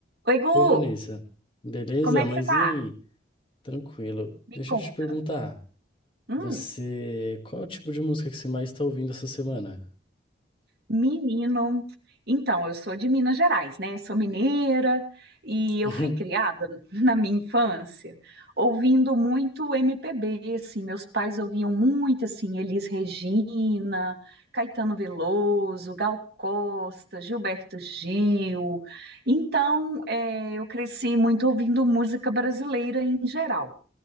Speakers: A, on the right; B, on the left.
A: Oi, Gu!
B: Oi, Vanessa. Beleza?
A: Como é
B: Mas
A: que você tá?
B: e aí? Tranquilo.
A: Me
B: Deixa
A: conta.
B: eu te perguntar,
A: Hum,
B: você, qual é o tipo de música que você mais está ouvindo essa semana?
A: menino. Então, eu sou de Minas Gerais, né? Sou mineira e eu
B: <laughs>
A: fui criada <laughs> na minha infância ouvindo muito MPB, assim. Meus pais ouviam muito, assim, Elis Regina, Caetano Veloso, Gal Costa, Gilberto Gil. Então, eh, eu cresci muito ouvindo música brasileira em geral.